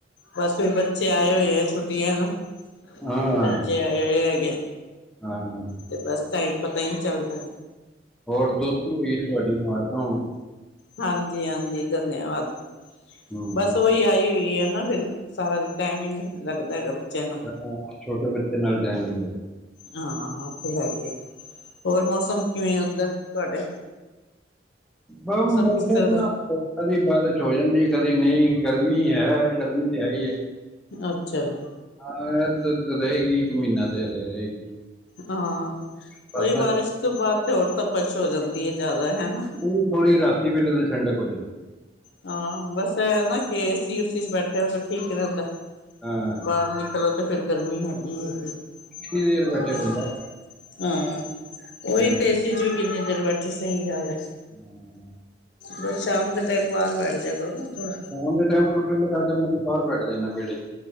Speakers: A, on the left; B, in the centre.
A: ਬਸ ਵੀ ਬੱਚੇ ਆਏ ਹੋਏ ਆ ਛੁੱਟੀਆਂ ਨੂੰ,
B: ਹਾਂ
A: ਬੱਚੇ ਆਏ ਹੋਏ ਹੈਗੇ
B: ਹਾਂ- ਹਾਂ
A: ਤੇ ਬਸ ਟਾਈਮ ਪਤਾ ਹੀ ਨਹੀਂ ਚੱਲਦਾ।
B: ਹੋਰ ਦੋਤੀ ਹੋਈ ਹੈ। ਤੁਹਾਡੀ ਮਾਰ ਤਾਂ ਹੁਣ
A: ਹਾਂਜੀ -ਹਾਂਜੀ ਧੰਨਵਾਦ,
B: ਹੂੰ
A: ਬਸ। ਸੋਈ ਆਈ ਹੋਈ ਹੈ ਨਾ ਫਿਰ, ਸਾਰਾ ਦਿਨ ਟਾਈਮ ਹੀ ਨੀ ਲੱਗਦਾ ਹੈਗਾ। ਬੱਚਿਆਂ ਨਾਲ
B: ਹਾਂ, ਛੋਟੇ ਬੱਚੇ ਨਾਲ ਟਾਈਮ ਨਈ ਮਿਲਦਾ
A: ਹਾਂ ਉਥੇ ਹੈ ਹੀ ਹੈ, ਹੋਰ ਮੌਸਮ ਕਿਵੇਂ ਆ ਉੱਧਰ, ਤੁਹਾਡੇ
B: ਹਾ ਮੌਸਮ
A: ਕਿਸ ਤਰ੍ਹਾਂ
B: ਥੋੜ੍ਹਾ ਕਦੇ ਬਾਰਿਸ਼ ਹੋ ਜਾਂਦੀ ਹੈ, ਕਦੇ ਨਈ, ਗਰਮੀ ਹੈ ਗਰਮੀ ਤੇ ਹੈ ਹੀ ਹੈ
A: ਅੱਛਾ ਜੀ
B: ਹਾਂ ਇਹ ਤੇ ਰਹੇਗੀ, ਇੱਕ ਮਹੀਨਾ ਤੇ ਹਲੇ ਰਹੇਗੀ
A: ਹਾਂ,
B: ਪਰ
A: ਉਹੀ
B: ਤਾਂ
A: ਬਾਰਿਸ਼ ਤੋਂ ਬਾਅਦ ਤੇ ਹੋਰ ਤਪਛ ਹੋ ਜਾਂਦੀ ਹੈ ਜ਼ਿਆਦਾ ਹਨਾ
B: ਉਹ ਥੋੜ੍ਹੀ ਰਾਤੀ ਵੇਲੇ ਤਾਂ ਠੰਡਕ ਹੋ ਜਾਦੀ
A: ਹਾਂ, ਬਸ ਨਾ ਕਿ ਏਸੀ ਸੀ 'ਚ ਬੈਠੇ ਰਹੋ ਤਾਂ ਠੀਕ ਰਹਿੰਦਾ
B: ਹਾਂ
A: ਬਾਹਰ ਨਿਕਲੋ ਤੇ ਫਿਰ ਗਰਮੀ ਹੈਗੀ
B: ਕਿੰਨੀ ਦੇਰ
A: <unintelligible>
B: ਬੈਠੇ ਬੰਦਾ
A: ਹਾਂ
B: ਹਾਂ
A: ਉਹੀ ਤੇ ਏਸੀ 'ਚ ਵੀ ਕਿੰਨੀ ਦੇਰ ਬੈਠੇ ਸਹੀ ਗੱਲ ਹੈ।
B: ਹਮ
A: ਬਸ ਸ਼ਾਮ ਦੇ ਟਾਈਮ ਬਾਹਰ ਬੈਠ ਜਾਇਆ ਕਰੋ ਨਾ, ਥੋੜ੍ਹਾ
B: ਸੋਨ ਦੇ ਟਾਈਮ ਕੂਲਰ ਚਲਾ ਕੇ <unintelligible> ਬੈਠ ਜਾਨਾ ਵੇੜੇ ਚ